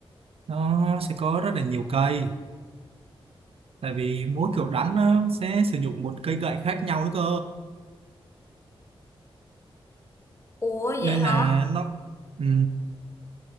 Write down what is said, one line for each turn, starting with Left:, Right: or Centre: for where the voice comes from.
Right: nó sẽ có rất là nhiều cây tại vì mỗi kiểu đánh nó sẽ sử dụng một cây gậy khác nhau nữa cơ
Left: Ủa
Right: nên
Left: vậy hả?
Right: là nó ừ,